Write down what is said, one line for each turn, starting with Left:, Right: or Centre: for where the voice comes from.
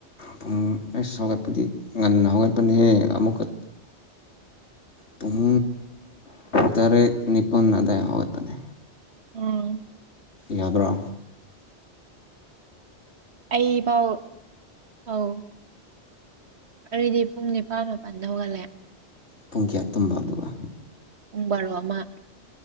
Left: ꯄꯨꯡ ꯂꯁ ꯍꯧꯒꯠꯄꯗꯤ ꯉꯟꯅ ꯍꯧꯒꯠꯄꯅꯦ ꯑꯃꯨꯛꯀ ꯄꯨꯡ ꯇꯔꯦꯠ ꯅꯤꯄꯜ ꯑꯗꯥꯏ ꯍꯧꯋꯥꯒꯠꯄꯅꯦ
Right: ꯎꯝ
Left: ꯌꯥꯕ꯭ꯔꯥ
Right: ꯑꯩꯕꯥꯥꯎ ꯑꯥꯎ ꯑꯗꯨꯗꯤ ꯄꯨꯡ ꯅꯤꯄꯥꯜ ꯃꯥꯄꯜꯗ ꯍꯧꯒꯠꯂꯦ
Left: ꯄꯨꯡ ꯀꯌꯥ ꯇꯝꯕ ꯑꯗꯨꯒ
Right: ꯄꯨꯡ ꯕꯥꯔꯣ ꯑꯃ